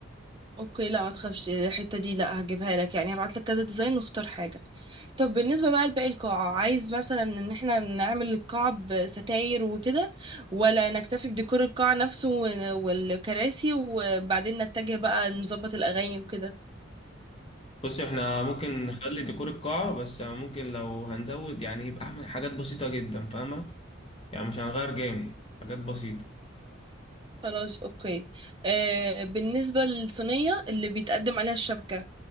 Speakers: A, on the right (about 25°); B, on the left (about 30°).
A: اوكي لا ما تخافش الحتة دي لا هجيبها لك يعني هبعت لك كذا ديزاين واختار حاجة طب بالنسبة بقى لباقي القاعة عايز مثلا ان احنا نعمل القاعة بستاير وكده ولا نكتفي بديكور القاعة نفسه وال- والكراسي وبعدين نتجه بقى نظبط الأغاني وكده
B: بص احنا ممكن نخلي ديكور القاعه بس ممكن لو هنزود يعني يبقى اعمل حاجات بسيطه جدا فاهمه يعني مش هنغير جامد حاجات بسيطه
A: خلاص اوكي آه بالنسبة للصينية اللي بيتقدم عليها الشبكة